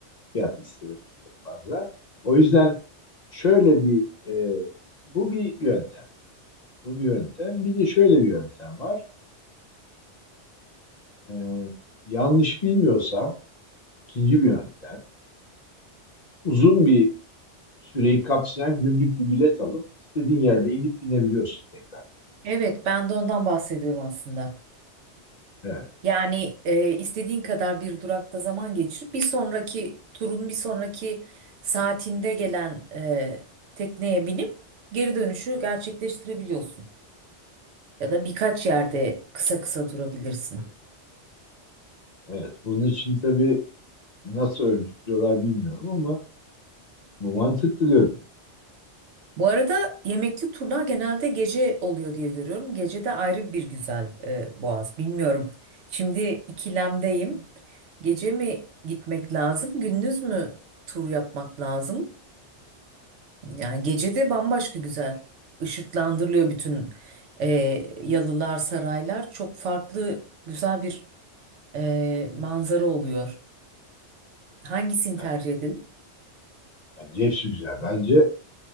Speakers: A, on the left; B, on the right.
A: Fiyat listeleri yapmazlar. O yüzden şöyle bir e, bu bir yöntem. Bu bir yöntem. Bir de şöyle bir yöntem var. E, yanlış bilmiyorsam ikinci bir yöntem. Uzun bir süreyi kapsayan günlük bir bilet alıp istediğin yerde inip binebiliyorsun tekrar.
B: Evet, ben de ondan bahsediyorum aslında.
A: Evet.
B: Yani e, istediğin kadar bir durakta zaman geçirip bir sonraki turun bir sonraki saatinde gelen e, tekneye binip geri dönüşü gerçekleştirebiliyorsun. Ya da birkaç yerde kısa kısa durabilirsin.
A: Evet, bunun için tabii nasıl örgütlüyorlar bilmiyorum ama bu mantıklı görünüyor.
B: Bu arada yemekli turlar genelde gece oluyor diye görüyorum. Gece de ayrı bir güzel e, Boğaz. Bilmiyorum. Şimdi ikilemdeyim. Gece mi gitmek lazım, gündüz mü tur yapmak lazım? Yani gece de bambaşka güzel. Işıklandırılıyor bütün e, yalılar, saraylar. Çok farklı güzel bir e, manzara oluyor. Hangisini tercih
A: Yani
B: edelim?
A: bence hepsi güzel. Bence